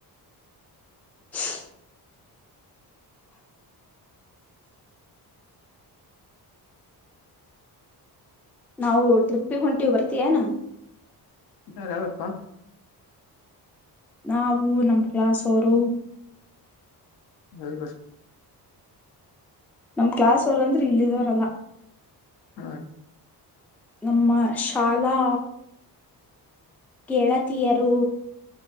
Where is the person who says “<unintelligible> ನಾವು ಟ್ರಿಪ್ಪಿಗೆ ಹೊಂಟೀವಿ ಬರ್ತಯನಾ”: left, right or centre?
Centre